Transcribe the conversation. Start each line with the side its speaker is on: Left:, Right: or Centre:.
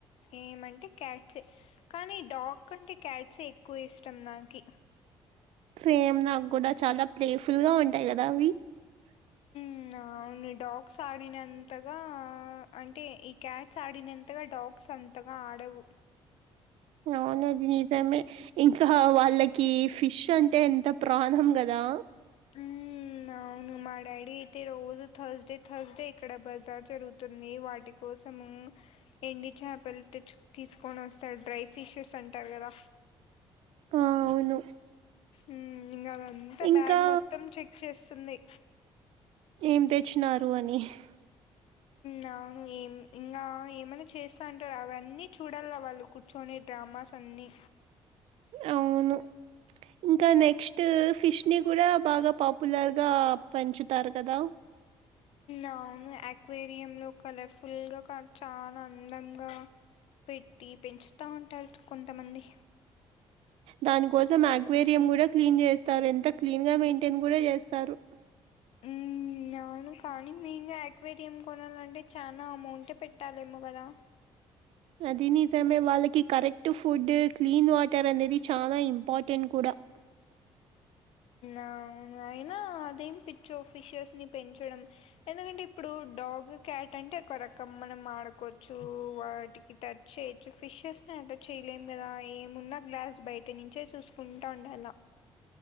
Left: ఏమంటే క్యాట్సే కానీ డాగ్ కంటే క్యాట్సే ఎక్కువ ఇష్టం నాకి
Right: సేమ్ నాకు కూడా చాలా ప్లేఫుల్‌గా ఉంటాయి కదా అవి <inaudible>
Left: మ్మ్ అవును డాగ్స్ ఆడినంతగా అంటే ఈ క్యాట్స్ ఆడినంతగా డాగ్స్ అం తగా ఆడవు
Right: అవును అది నిజమే ఇంకా వాళ్ళకి ఫిష్ అంటే ఎంత ప్రాణం కదా
Left: ఉ అవును మా డాడీ అయితే రోజు థర్స్డే థర్స్డే ఇక్కడ బజార్ జరుగుతుంది వాటి కోసము ఎండి చేపలు తెచ్చ తీసుకొని వస్తారు డ్రై ఫిషెస్ అంటారు కదా
Right: ఆ! అవును.
Left: ఉ ఇంకా అదంతా
Right: ఇంకా
Left: బ్యాగ్ మొత్తం చెక్ చేస్తుంది
Right: ఏం తెచ్చినారు అని <inaudible>
Left: నాను ఏం ఇంకా ఏమైనా చేస్తా అంటారు అవన్నీ చూడాలి వాళ్ళు కూర్చొని డ్రామాస్ అన్నీ
Right: అవును ఇంకా నెక్స్ట్ ఫిష్ ని కూడా బాగా పాపులర్ గా పెంచుతారు కదా
Left: అవును అక్వేరియం లో కలర్ఫుల్ గా కా చాలా అందంగా పెట్టి పెంచుతూ ఉంటారు కొంతమంది
Right: దాని కోసం ఆక్వేరియం కూడా క్లీన్ చేస్తారు ఎంత క్లీన్ గా మెయింటైన్ కూడా చేస్తారు <inaudible>
Left: హ్మ్. అవును కానీ మీమే యాక్వేరియం కొనాలంటే చాలా అమౌంటే పెట్టాలేమో కదా
Right: అది నిజమే వాళ్ళకి కరెక్ట్ ఫుడ్ క్లీన్ వాటర్ అనేది చాలా ఇంపార్టెంట్ కూడా <inaudible>
Left: ఆ అవును అయినా అదేం పిచ్చో ఫిషర్స్ ని పెంచడం ఎందుకంటే ఇప్పుడు డాగ్ క్యాట్ అంటే ఒక రకం మనం ఆడుకోవచ్చు వాటికి టచ్ చేయొచ్చు ఫిషెస్ని అట చేయలేము కదా ఏమున్నా గ్లాస్ బయట నుంచే చూసుకుంటా ఉండాల